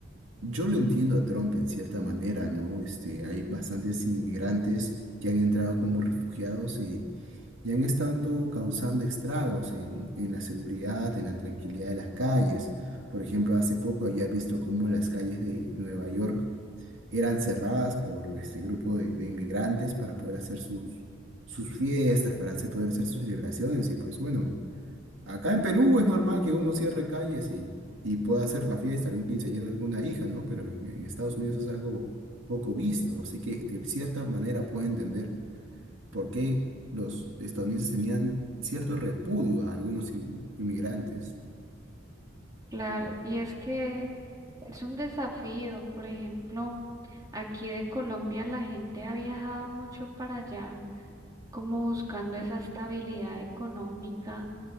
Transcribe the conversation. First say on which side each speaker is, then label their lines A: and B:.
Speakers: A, on the right (about 70°); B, on the right (about 20°).
A: yo lo entiendo a Trump en cierta manera, ¿no? Este, hay bastantes inmigrantes que han entrado como refugiados y, y han estado causando estragos en, en la seguridad, en la tranquilidad de las calles. Por ejemplo, hace poco ya he visto cómo las calles de Nueva York eran cerradas por este grupo de, de inmigrantes para poder hacer sus, sus fiestas, para hacer- poder hacer sus celebraciones. Y pues bueno, acá en Perú es normal que uno cierre calles y, y pueda hacer la fiesta, algún quinceañero, alguna hija, ¿no? Pero en, en Estados Unidos es algo poco visto, así que de cierta manera puedo entender por qué los estadounidenses tenían cierto repudio a algunos in- inmigrantes.
B: Claro, y es que es un desafío, por ejemplo, aquí de Colombia la gente ha viajado mucho para allá, como buscando esa estabilidad económica,